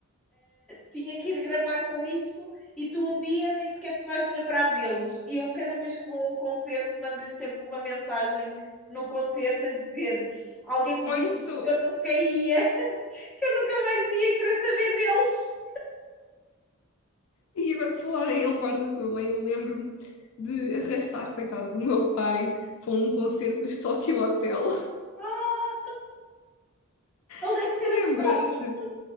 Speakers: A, in the centre; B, on the left.
A: tinha que ir gramar com isso e tu um dia nem sequer te vais lembrar deles. E eu, cada vez que vou a um concerto, mando-lhe sempre uma mensagem no concerto a dizer: Alguém me disse
B: Onde estou?
A: que eu nunca ia, <laughs> que eu nunca mais ia querer saber deles.
B: E agora que falar em levar da tua mãe, eu lembro-me de arrastar, coitado, do meu pai para um concerto do Tokyo Hotel.
A: Ah, ele
B: <laughs>
A: deve ter
B: Lembras-te?
A: adorado.